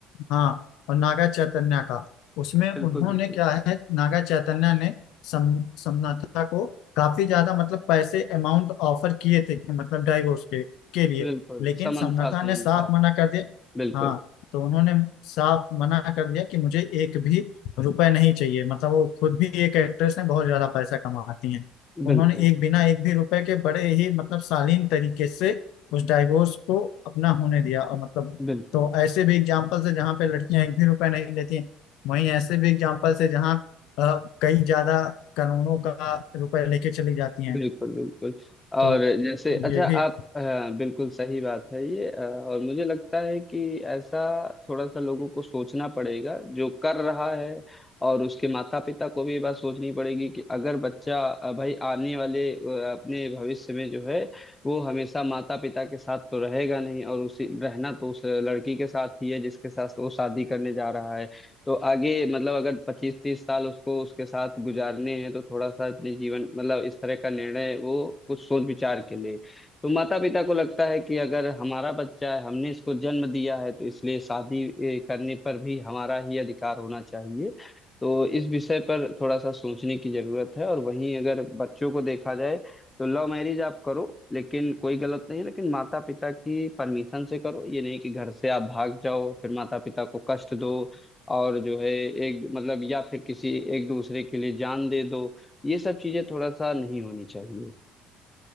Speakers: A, on the left; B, on the left.
A: हाँ और नागा चैतन्या का उसमें उन्होंने
B: बिल्कुल बिल्कुल
A: क्या है नागा चैतन्या ने सम, समनथा को काफी ज्यादा मतलब पैसे अमाउंट ऑफर किए थे कि मतलब डाइवोर्स के के लिए
B: बिल्कुल
A: लेकिन
B: Samantha
A: समनाथा
B: Samantha
A: ने साफ मना कर दिया
B: बिल्कुल
A: हाँ तो उन्होंने साफ मना कर दिया कि मुझे एक भी रुपए नहीं चाहिए मतलब वो खुद भी एक एक्ट्रेस हैं बहुत ज्यादा पैसा कमाती हैं उन्होंने
B: बिल्कुल
A: एक बिना एक भी रुपए के बड़े ही मतलब शालीन तरीके से उस डाइवोर्स को अपना होने दिया और मतलब
B: बिल्कुल
A: तो ऐसे भी एग्जाम्पल्स है जहाँ पे लड़कियां एक भी रुपए नहीं लेती हैं वहीं ऐसे भी एग्जाम्पल्स है जहाँ अ, कई ज्यादा करोड़ों का रुपए लेके चली जाती हैं
B: बिल्कुल बिल्कुल और
A: तो
B: जैसे अच्छा
A: ये भी
B: आप अ, बिल्कुल सही बात है ये अ, और मुझे लगता है कि ऐसा थोड़ा सा लोगों को सोचना पड़ेगा जो कर रहा है और उसके माता पिता को भी ये बात सोचनी पड़ेगी कि अगर बच्चा अ, भाई आने वाले अ, अपने भविष्य में जो है वो हमेशा माता पिता के साथ तो रहेगा नहीं और उसी रहना तो उस लड़की के साथ ही है जिसके साथ वो शादी करने जा रहा है तो आगे मतलब अगर पच्चीस तीस साल उसको उसके साथ गुजारने हैं तो थोड़ा सा अपने जीवन मतलब इस तरह का निर्णय वो कुछ सोच विचार के ले तो माता पिता को लगता है कि अगर हमारा बच्चा है हमने इसको जन्म दिया है तो इसलिए शादी ए, करने पर भी हमारा ही अधिकार होना चाहिए तो इस विषय पर थोड़ा सा सोचने की जरूरत है और वहीं अगर बच्चों को देखा जाए तो लव मैरिज आप करो लेकिन कोई गलत नहीं है लेकिन माता पिता की परमिशन से करो ये नहीं कि घर से आप भाग जाओ फिर माता पिता को कष्ट दो और जो है एक मतलब या फिर किसी एक दूसरे के लिए जान दे दो ये सब चीजें थोड़ा सा नहीं होनी चाहिए